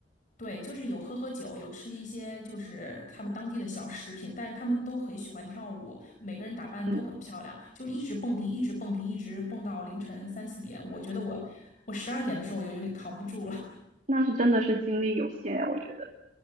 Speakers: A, on the left; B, on the right.
A: 对，就是有喝喝酒，有吃一些就是他们当地的小食品，但是他们都很喜欢跳舞，每个人打扮都很漂亮，
B: 嗯，
A: 就是一直蹦迪，一直蹦迪，一直蹦到凌晨三四点。我觉得我我十二点的时候我就有点扛不住了。
B: 那是真的是精力有限，我觉得。